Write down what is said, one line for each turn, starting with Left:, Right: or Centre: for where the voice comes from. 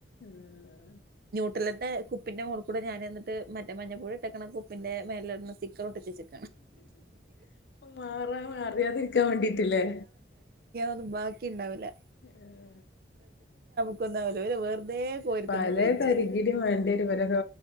Left: ഉം-
Right: മുട്ടലൻ്റെ കുപ്പൻ്റെൂ മോള്കൂ ടെഞൻ എന്നിട്ട് മഞ്ഞൾയിട്ടക്കുന്ന കുപ്പൻ്റെേെന്ന് സ്റ്റിക്കറർട്ടിച്ചച്ചിട്ട്-
Left: മാറാ അറിയാതിരിക്കാൻ വേണ്ടിട്ടില്ലേ?
Right: ന്നും ബാക്കി ഇണ്ടാവില്ല-
Left: ആഹ്.
Right: <unintelligible> കോരിത്തിന്ന്
Left: പല
Right: കഴിച്ചത്
Left: തരികിട വേണ്ടിരുവരൊക്കെ